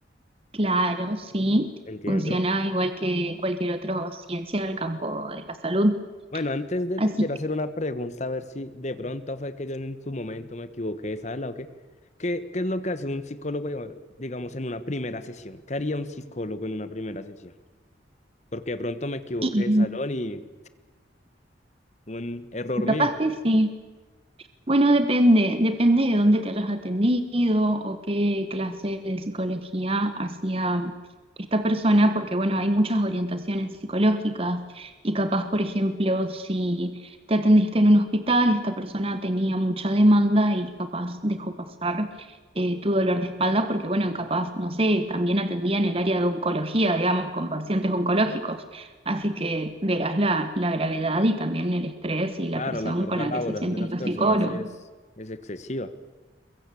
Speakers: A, on the right; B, on the left.
A: Claro, sí,
B: Entiendo.
A: funciona igual que cualquier otra ciencia del campo de la salud.
B: Bueno, antes de
A: Así
B: te quiero
A: que
B: hacer una pregunta, a ver si de pronto fue que yo en su momento me equivoqué, ¿sabes? la o qué? ¿Qué, qué es lo que hace un psicólogo, digamos, digamos, en una primera sesión? ¿Qué haría un psicólogo en una primera sesión? Porque de pronto me equivoqué
A: y,
B: de salón y un error
A: capaz
B: mío.
A: que sí, Bueno, depende, depende de dónde te hayas atendido o qué clase de psicología hacía esta persona, porque bueno, hay muchas orientaciones psicológicas y capaz, por ejemplo, si te atendiste en un hospital, esta persona tenía mucha demanda y capaz dejó pasar eh, tu dolor de espalda, porque bueno, capaz, no sé, también atendía en el área de oncología, digamos, con pacientes oncológicos. Así que verás la, la gravedad y también el estrés y la
B: Claro,
A: presión
B: la carga
A: con la
B: laboral
A: que se sienten
B: de las
A: los
B: personas
A: psicólogos.
B: es, es excesiva.